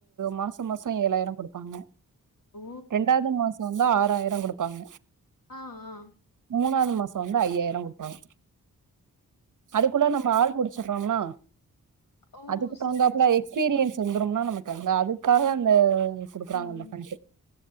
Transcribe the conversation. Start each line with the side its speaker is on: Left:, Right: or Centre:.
Right: மாச மாச ஏழாயிர குடுப்பாங்க
Left: ஓ!
Right: ரெண்டாவது மாச வந்து ஆறாயிர குடுப்பாங்க
Left: ஆ ஆ
Right: மூனாவது மாச வந்து ஐயாயிர குடுப்பாங்க அதுக்குள்ள நம்ம ஆள் புடிச்சுர்றோம்னா
Left: ஓ!
Right: அதுக்கு தகுந்தாப்புல
Left: சரி, சரி.
Right: எக்ஸ்பீரியன்ஸ் வந்துரும்னா நமக்கு அந்த அதுக்காக அந்த க்குறாங்கல்ல
Left: ம்.
Right: ஃபண்ட்டு